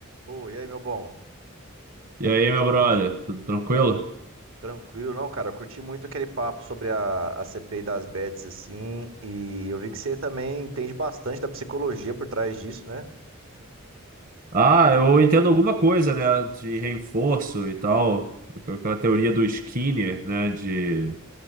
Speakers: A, on the right; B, on the right.
A: Ô, e aí, meu bom?
B: E aí, meu brother, tudo tranquilo?
A: Tranquilo, não, cara? Eu curti muito aquele papo sobre a, a CPI das bets, assim, e eu vi que você também entende bastante da psicologia por trás disso, né?
B: Ah, eu entendo alguma coisa, né, de reforço e tal, aquela teoria do Skinner, né, de